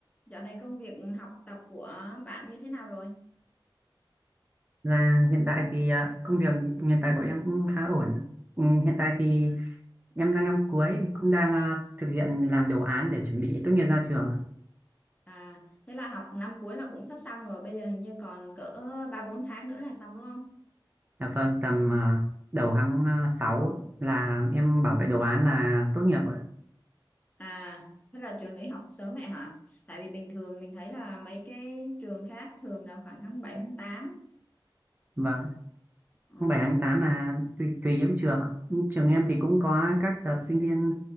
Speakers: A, on the left (about 20°); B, on the right (about 20°).
A: Dạo này công việc học tập của bạn như thế nào rồi?
B: Là hiện tại thì à, công việc hiện tại của em cũng khá ổn. Ừ, hiện tại thì em đang năm cuối cũng đang à, thực hiện làm đồ án để chuẩn bị tốt nghiệp ra trường.
A: À, thế là học năm cuối là cũng sắp xong rồi, bây giờ hình như còn cỡ 3 4 tháng nữa là xong đúng không?
B: Dạ vâng, tầm à, đầu tháng à, 6 là em bảo vệ đồ án là tốt nghiệp rồi.
A: À, thế là trường đấy học sớm vậy hả? Tại vì bình thường mình thấy là mấy cái trường khác thường là khoảng tháng bảy tháng tám
B: Vâng,
A: Ừ,
B: tháng bảy tháng 8 là tùy tùy các trường. ạ. Nhưng Trường em thì cũng có các đợt sinh viên